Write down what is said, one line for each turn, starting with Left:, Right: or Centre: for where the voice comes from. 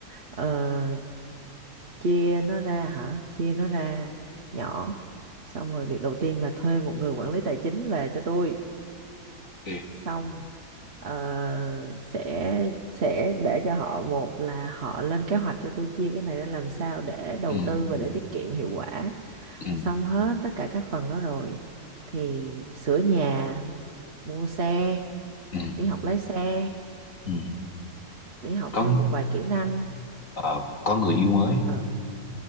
Right: ờ, chia nó ra hả chia nó ra nhỏ xong rồi việc đầu tiên là thuê một người quản lý tài chính về cho tôi
Left: Ừ.
Right: xong ờ, sẽ sẽ để cho họ một là họ lên kế hoạch cho tôi chia cái này ra làm sao để đầu
Left: ừ
Right: tư và để tiết kiệm hiệu quả
Left: ừ
Right: xong hết tất cả các phần đó rồi thì sửa nhà mua xe
Left: ừ
Right: đi học lái xe
Left: ừ
Right: đi học
Left: có
Right: thêm một vài kỹ năng
Left: ờ, có người yêu mới
Right: ừ